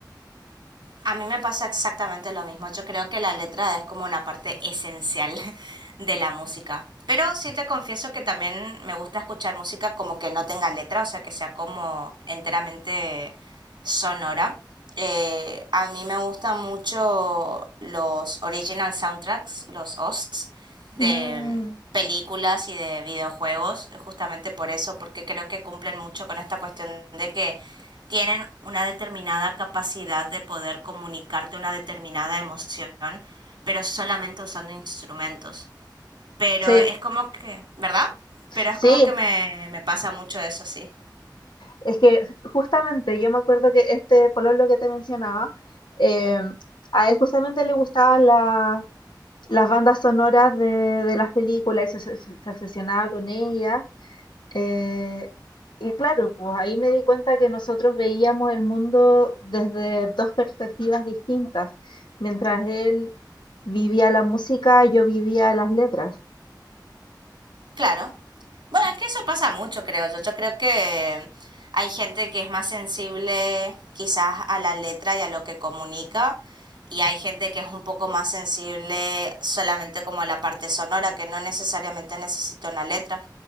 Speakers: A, on the right; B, on the left.
A: A mí me pasa exactamente lo mismo. Yo creo que la letra es como una parte esencial <laughs> de la música. Pero sí te confieso que también me gusta escuchar música como que no tenga letra, o sea, que sea como enteramente sonora. Eh, a mí me gustan mucho los original soundtracks, los OSTs de
B: Mm,
A: películas y de videojuegos, justamente por eso, porque creo que cumplen mucho con esta cuestión de que tienen una determinada capacidad de poder comunicarte una determinada emoción, pero solamente usando instrumentos. Pero
B: sí,
A: es como que, ¿verdad? Pero
B: sí.
A: es como que me, me pasa mucho eso, sí.
B: Es que justamente yo me acuerdo que este pololo que te mencionaba, em, a él justamente le gustaban la, las bandas sonoras de, de las películas y se, se- se obsesionaba con ellas. eh, y claro, pues ahí me di cuenta que nosotros veíamos el mundo desde dos perspectivas distintas. Mientras él vivía la música, yo vivía las letras.
A: Claro. Bueno, es que eso pasa mucho, creo yo. Yo creo que hay gente que es más sensible quizás a la letra y a lo que comunica, y hay gente que es un poco más sensible solamente como a la parte sonora, que no necesariamente necesita una letra.